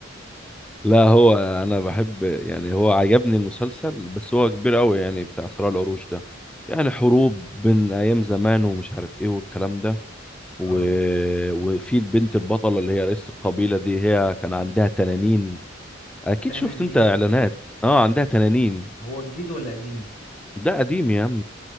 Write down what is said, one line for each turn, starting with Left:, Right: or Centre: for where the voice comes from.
Centre: لا هو انا بحب يعني هو عجبني المسلسل بس هو كبير قوي يعني بتاع صراع العروش ده يعني حروب بين ايام زمان ومش عارف ايه والكلام ده و...
Left: اه
Centre: وفي البنت البطلة اللي هي رئيس القبيلة دي هي كان عندها تنانين أكيد
Left: تنانين
Centre: شفت أنت إعلانات أه عندها تنانين
Left: هو جديد ولا قديم
Centre: ده قديم يا عم